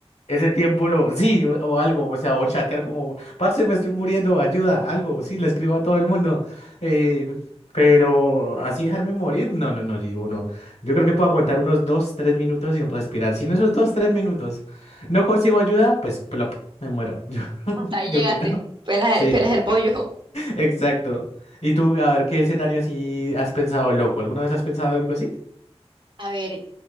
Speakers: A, on the left; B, on the right.
A: Ese tiempo lo, sí, o, o algo, o sea, o chatear como, parce, me estoy muriendo, ayuda, algo, sí, le escribo a todo el mundo. eh, pero así dejarme morir, no, no, no, digo, no. Yo creo que puedo aguantar unos dos, tres minutos sin respirar. Si en esos dos, tres minutos no consigo ayuda, pues plop, me muero. <laughs> Yo,
B: Hasta ahí
A: yo
B: llegaste,
A: creo.
B: pelas,
A: Sí,
B: el- pelas el bollo. <laughs>
A: exacto. Y tú, a ver, ¿qué escenario así has pensado, loco? ¿Alguna vez has pensado algo así?
B: A ver,